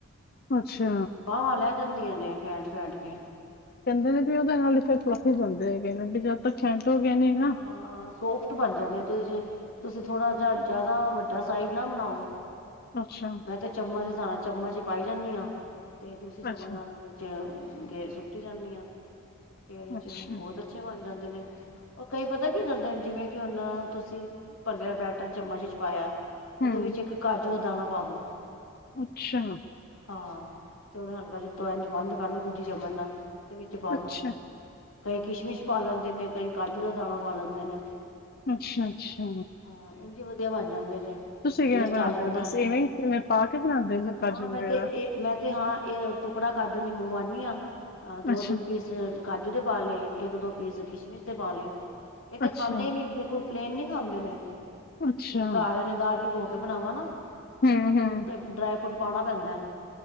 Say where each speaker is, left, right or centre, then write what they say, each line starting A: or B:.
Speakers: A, on the left (about 50°); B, on the left (about 90°).
A: ਅੱਛਾ
B: ਬਾਹਵਾਂ ਲੈ ਜਾਂਦੀਆਂ ਨੇ ਫੈਂਟ-ਫੈਂਟ ਕੇ‌।
A: ਕਹਿੰਦੇ ਨੇ ਵੀ ਉਹਦੇ ਨਾਲ ਇੱਕ ਪਲਫੀ ਬਣਦੇ ਹੈਗੇ ਨੇ, ਵੀ ਜਦ ਤੱਕ ਫੈਟੋਗੇ ਨੀ ਨਾ
B: ਹਾਂ- ਹਾਂ ਸੋਫਟ ਬਣ ਜਾਂਦੇ, ਤੁਸੀਂ ਥੋੜ੍ਹਾ ਜਿਹਾ ਜ਼ਿਆਦਾ ਵੱਡਾ ਸਾਈਜ਼ ਨਾ ਬਣਾਓ।
A: ਅੱਛਾ।
B: ਮੈਂ ਤੇ ਚਮਚ ਸ ਚਮਚ ਚ ਪਾਈ ਜਾਂਦੀ ਆਂ ਤੇ ਦੂਸਰੀ ਚਮਾ
A: ਅੱਛਾ,
B: ਨਾਲ ਗੇ ਸੁੱਟੀ ਜਾਂਨੀ ਆਂ ਘਰੇ
A: ਅੱਛਾ
B: ਚ ਬਹੁਤ ਅੱਛੇ ਬਣ ਜਾਂਦੇ ਨੇ। ਉਹ ਕਈ ਪਤਾ ਕੀ ਕਦੇ ਨੇ ਜਿਵੇਂ, ਕਿ ਹੁਣ ਤੁਸੀਂ ਪਲੇ ਦਾ ਬੈਟਰ ਚਮਚ ਚ ਪਾਇਆ ਉਹਦੇ
A: ਹੂੰ
B: ਵਿੱਚ ਇੱਕ ਕਾਜੂ ਦਾ ਦਾਣਾ ਪਾ ਦੋ।
A: ਅੱਛਾ।
B: ਹਾਂ ਤੇ ਉਹਨੂੰ ਹਲਕਾ ਜਿਹਾ ਉਤੋ ਇੰਜ ਬੰਦ ਕਰਲੋ, ਦੂਜੀ ਚਮਚ ਨਾਲ ਦੇ ਵਿੱਚ ਪਾ
A: ਅੱਛਾ,
B: ਦੋ ਕਈ ਕਿਸ਼ਮਿਸ਼ ਪਾ ਲੈਂਦੇ ਨੇ, ਕਈ ਕਾਜੂ ਦਾ ਦਾਣਾ ਪਾ ਲੈਂਦੇ ਨੇ।
A: ਅੱਛਾ -ਅੱਛਾ।
B: ਹਾਂ ਇੰਝ ਵਧੀਆ ਬਣ ਜਾਂਦੇ ਜੇ।
A: ਤੁਸੀਂ
B: ਟੇਸਟ
A: ਕਿਵੇਂ ਬਣਾਉਂਦੇ
B: ਆ ਜਾਂਦਾ
A: ਹੋ, ਬਸ ਇਵੇਂ ਕਿਵੇਂ ਪਾ ਕੇ ਬਣਾਉਂਦੇ ਹੋ ਕਾਜੂ
B: ਹਾਂ ਮੈਂ
A: ਵਗੈਰਾ
B: ਤਾਂ ਇਹ ਮੈਂ ਤੇ ਹਾਂ ਇਹ ਟੁਕੜਾ ਕਾਜੂ ਲਈ ਮੰਗਵਾਉਾਨਣੀ ਆਂ, ਅਹ ਦੋ
A: ਅੱਛਾ।
B: ਤਿੰਨ ਪੀਸ ਕਾਜੂ ਦੇ ਪਾ ਲਏ, ਇੱਕ ਦੋ ਪੀਸ ਕਿਸ਼ਮਿਸ਼ ਦੇ ਪਾ ਲਏ, ਇਹ ਤਾਂ
A: ਅੱਛਾ,
B: ਖਾਂਦੇ ਹੀ ਨਹੀਂ ਬਿਲਕੁਲ। ਪਲੇਨ ਨੀ ਖਾਂਦੇ ਨੇ
A: ਅੱਛਾ
B: ਜੇ ਘਰ
A: ਹੂੰ,
B: ਵਾਲੀ ਦਾਲ ਭਿਗੋ ਕੇ ਬਣਾਵਾਂ ਨਾ ਫੇਿਰ
A: ਹੂੰ
B: ਮੈਨੂੰ ਡਰਾਈ ਫਰੂਟ ਪਾਉਣਾ ਪੈਂਦਾ